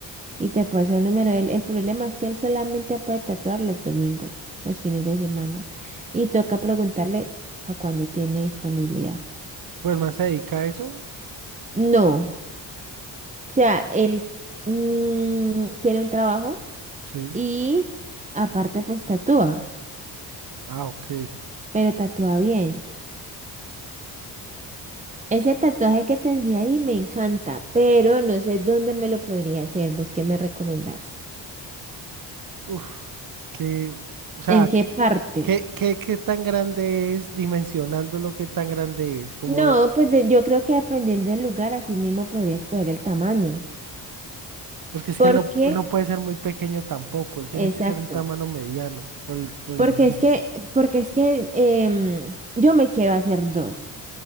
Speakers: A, on the right; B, on the right.
A: y te paso el número. El, el problema es que él solamente puede tatuar los domingos, los fines de semana y toca preguntarle para cuándo tiene disponibilidad.
B: Pues más se dedica a eso.
A: No, o sea, él mm, tiene un trabajo
B: Sí.
A: y aparte pues tatúa,
B: Ah, ok.
A: pero tatúa bien. Ese tatuaje que te envié ahí me encanta, pero no sé dónde me lo podría hacer. ¿Vos qué me recomendás?
B: Uf, es que, o sea,
A: ¿En
B: ¿qué,
A: qué parte?
B: qué, qué- qué tan grande es, dimensionándolo, qué tan grande es? Como,
A: No, pues de- yo creo que dependiendo del lugar, así mismo podría escoger el tamaño.
B: porque es
A: Porque,
B: que él no, él no puede ser muy pequeño tampoco, él tiene
A: exacto.
B: que ser un tamaño mediano por el, por
A: Porque
B: el dibujo.
A: es que, porque es que em, yo me quiero hacer dos.